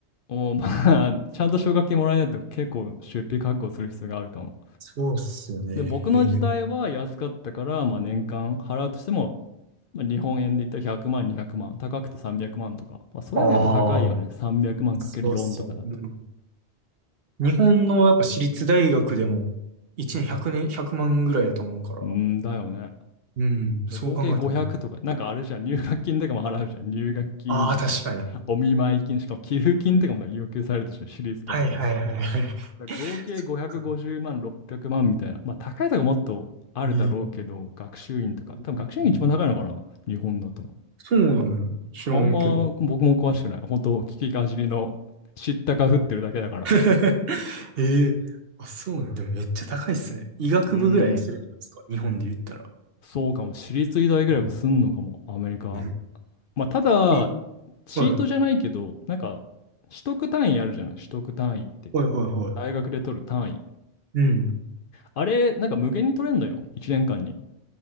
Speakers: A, on the left; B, on the right.
A: おまあ、<laughs> ちゃんと奨学金もらえないと結構出費覚悟する必要があるかも。
B: そうっすよね。
A: で、僕の時代は安かったから、
B: へえ。
A: まあ、年間払うとしても、まあ、日本円で言ったら100万、200万、高くて300万とか。まあ、それでもやっぱ高いよね。
B: ああ、
A: 300万かける4とかだと。
B: そうっすよ。うん日本のやっぱ私立大学でも1年1年、100万ぐらいだと思うから。
A: うーんだよね。
B: うん、そう考えたらね。
A: で合計500とか、なんかあれじゃん、入学金とかも払うじゃん。入学金とか、
B: ああ、確かに。
A: お見舞い金、しかも寄付金とかも要求されるでしょ、私立とかだと。
B: はいはいはいはい。
A: 合計550万、
B: <laughs> そっか。
A: 600万みたいな。まあ、高いとかもっとあるだろうけど、
B: ええ
A: 学習院とか。
B: うんうんうん
A: 多分学習院一番高いのかな日本だと。
B: そうなのよ。知らんけど。
A: あんま僕も詳しくない。本当聞きかじりの知ったか振ってるだけだから。
B: <laughs> ええあ、そうなの。でもめっちゃ高いっすね。医学部ぐらいするじゃないですか。
A: うーん。
B: 日本で言ったら。
A: そうかも。私立医大ぐらいはすんのかも。
B: うん。
A: アメリカ。
B: うん
A: まあ、ただ、
B: え、
A: チートじゃないけど、
B: はい。
A: なんか、取得単位あるじゃない取得単位って。
B: はいはいはい。
A: 大学で取る単位。
B: うん。
A: あれ、なんか無限に取れんのよ。1年間に。